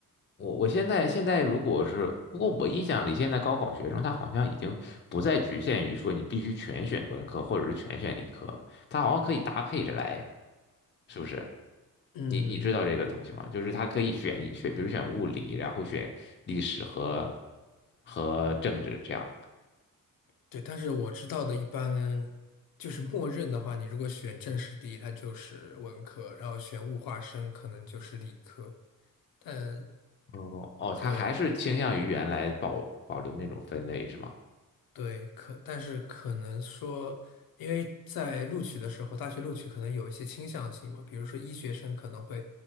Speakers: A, on the left (about 35°); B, on the left (about 85°).
A: 我我现在现在如果是，不过我印象里现在高考学生他好像已经不再局限于说你必须全选文科或者是全选理科了，他好像可以搭配着来，是不是？
B: 嗯，
A: 你你知道这个东西吗？就是他可以选选，比如选物理，然后选历史和和政治这样。
B: 对。但是我知道的，一般就是默认的话，你如果选政史地，它就是文科；然后选物化生，可能就是理科。但
A: 哦哦，他还是倾向于原来保保留那种分类是吗？
B: 对。对，可但是可能说，因为在录取的时候，大学录取可能有一些倾向性嘛，比如说医学生可能会，